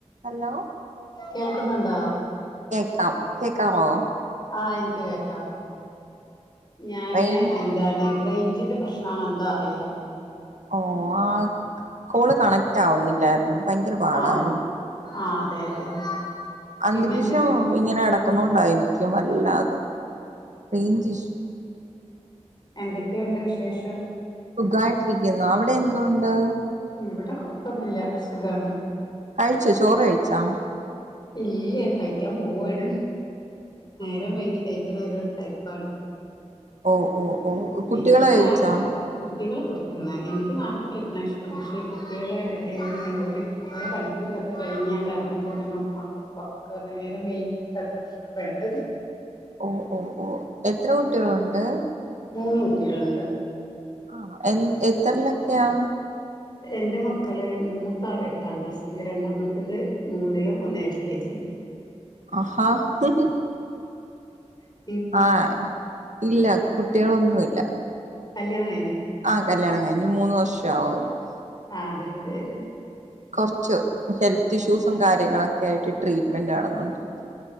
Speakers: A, on the right; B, on the left.
A: Hello
B: കേൾക്കുന്നുണ്ടോ
A: ക്കാം കേക്കാവോ?
B: ആ എനിക്ക് കേക്കവും. ഞാന്
A: റെയിൻ
B: എന്താണ്? റേഞ്ചിന്റെ പ്രശ്നണ എന്താ അറിയില്ല.
A: ഓ ആഹ് കോള് കണക്റ്റ് ആവുന്നില്ലായിരുന്നു. ഭയങ്കര പാടായിരുന്നു.
B: ആഹ് ആഹ് അതെ അതെ അതെ.
A: അന്തരീക്ഷം
B: പിന്നെ എന്തൊക്കെ
A: ഇങ്ങനെ കടക്കുന്നുണ്ടായിരിക്കും. ല്ല റേഞ്ച് ഇഷ
B: എന്തൊക്കെണ്ട് വിശേഷം?
A: സുഖമായിട്ടിരിക്കുന്നോ അവിടെ എന്തൊണ്ട്?
B: ഇവിടെ കൊഴപ്പൊന്നില്ല സുഖാണ്.
A: കഴിച്ച ചോറ് കഴിച്ചാ?
B: ഇല്ല കഴിക്കാൻ പോവാണ്. നേരം
A: ആണോ
B: വയുകി കഴിക്കണ ഒരു ടൈപ്പാണ്.
A: ഓ ഓ
B: ഉം
A: ഓ കുട്ടികള്
B: എനിക്ക്
A: കഴിച്ചോ
B: നേരത്തെ കുട്ടികള് കൊടു ണ് എനിക്ക് നേർത്തെ കഴിക്കണ ഇഷ്ടം പക്ഷേ ഈ കുട്ടികളെ ഇടയിൽന്ന് ഒരുഓരടെ പഠപ്പ് എന്തൊക്കെ കഴിഞ്ഞാണ്ട് ഇറങ്ങുമ്പോൾ പിന്നെ ഉമ്മ കുപ്പക്കൊക്കെ നേരം വേങ്ങിട്ട ഭക്ഷണ വേണ്ടത്.
A: ഓ ഓ ഓ എത്ര കുട്ടികളുണ്ട്?
B: മൂന്ന് കുട്ടികളുണ്ട്.
A: ആഹ് എ എത്രല്ലൊക്കെയാ?
B: എന്റെ മക്കള് മൂത്ത ആള് എട്ടാം ക്ലാസ്സില് രണ്ടാമത്തേത് മൂന്നിലും ഒന്ന് എൽ കെ ജിയില.
A: അഹാ <unintelligible>
B: ഉം
A: ആഹ് ഇല്ല കുട്ടികളൊന്നുല്ല.
B: കല്യാണം കയ്ഞ്ഞ?
A: ആഹ് കല്യാണം കഴിഞ്ഞ് മൂന്ന് വർഷ <unintelligible>
B: ആഹ് അതെ തെ തെ
A: കൊർച്ചു ഹെൽ ത്തിഷ്യൂസും കാര്യങ്ങളെക്കെ ആയിട്ട് ട്രീറ്റ്മെന്റണ് തോന്നുന്നു